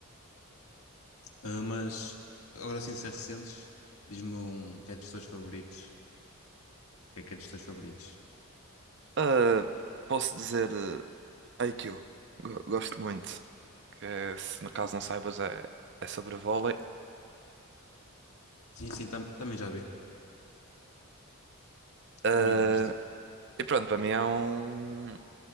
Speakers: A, on the left (about 80°); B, on the right (about 55°).
A: Ah, mas, agora sem ser recentes, diz-me um que é dos teus favoritos. O que é que é dos teus favoritos?
B: Ah, posso dizer, eh, IQ. Go- Gosto muito. Que se no caso não saibas, é, é sobre vôlei.
A: Sim, sim, tam- também já vi.
B: Ah.
A: Também gosto.
B: E pronto, para mim é um,